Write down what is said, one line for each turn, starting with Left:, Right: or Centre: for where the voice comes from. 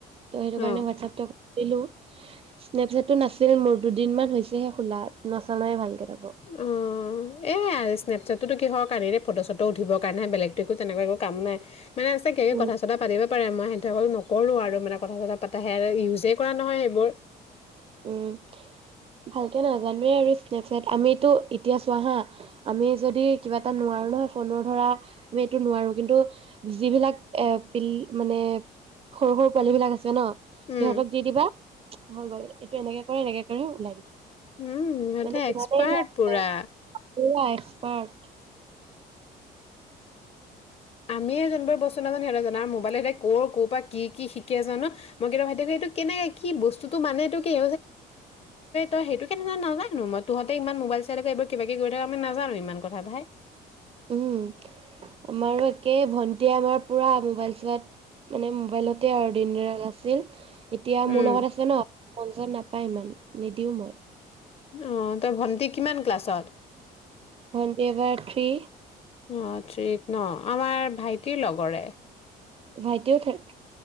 Right: তো সেইটো
Left: অঁ
Right: কাৰণ হোৱাটছএপটো হেল্ল'? স্নেপচেটটো নাছিল মোৰ দুদিন মান হৈছেহে খোলা, নচলাও ভালকে। তাকো।
Left: উম, এ, আচ স্নেপচাটতো কিহৰ কাৰণে এনে ফটো চটো উঠিব কাৰণে বেলেগতো একো তেনেকোৱা এক কাম নাই। মানে ইছাকে
Right: উম,
Left: কথা চথা পাতিব। পাৰে, মই সেইটোৱে কলো নকৰো আৰু মানে কথা চতা পাতা নহয় সেইবোৰ
Right: উম, ভালকে নাজানোৱে আৰু স্নেপচেট আমিটো এতিয়া চোৱা হা, আমি যদি কিবা এটা নোৱাৰো নহয় ফোনৰ ধৰা আমি এইটো নোৱাৰো কিন্তু যিবিলাক এ প মানে সৰু সৰু পোৱালী বিলাক আছে ন
Left: উম
Right: সিহঁতক দি দিবা হয় গৈ। এইটো এনেকে কৰে এনেকে কৰি ওলাই দিব।
Left: উম, সিহঁতে
Right: মানে ইমানেই
Left: এক্সপাৰ্ট
Right: সিহঁতে
Left: পুৰা
Right: পুৰা এক্সপাৰট।
Left: আমিয়ে যোনবোৰ বস্তু নাজানো সিহঁতে জান আৰু মোবাইল সিহঁতে ক' পৰা কি শিকে জানো, মই কে ভাইটি সোধো কেনেকে কি বস্তুটো মানে কি তই সেইটো কেনে নাজানো মই তহঁতে ইমান মোবাইল চাই লৈক এইবোৰ কিবা কিব কৰি থাক আমি নাজানো ইমান কথা ভাই।
Right: উম, আমাৰো একে ভন্টীয়ে আমাৰ পুৰা মোবাইল চোৱাত মানে মোবাইলতে আৰু দিনল আছিল। এতিয়া
Left: উম
Right: মোৰ লগত আছে ন ফোন চন নাপায় ইমান নিদিওঁ মই।
Left: অ' তই ভন্টি কিমান ক্লাছত?
Right: ভণ্টি এইবাৰ থ্ৰী।
Left: অ' থ্ৰিত ন! আমাৰ ভাইটিৰ লগৰে।
Right: ভাইটিও থা